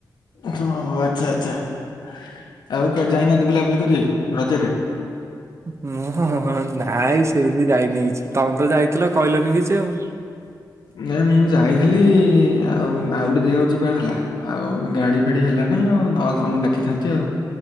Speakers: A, on the left (about 75°); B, on the right (about 40°).
A: ହଁ ହଁ ଆଚ୍ଛା ଆଚ୍ଛା। ଆଉ କୁଆଡେ ଯାଇନାହାନ୍ତି ବୁଲାବୁଲି କରିବାକୁ ରଜରେ?
B: ହୁଁ ହଁ-ହ-ହ ନାଇଁ ସେମିତି ଯାଇନି କିଛି ତମେ ତ ଯାଇଥିଲ କହିଲନି କିଛି ଆଉ।
A: ନାଇଁ ମୁଁ ଯାଇଥିଲି-ଇ-ଇ-ଇ ଆଉ ଆଉ ଗୋଟେ ଜେଗାକୁ ଯିବାର ଥିଲା। ଆଉ ଗାଡି ଫାଡି ହେଲା ନାଇଁ ଆଉ ନହେଲେ ତମକୁ ଡାକିଥାନ୍ତି ଆଉ।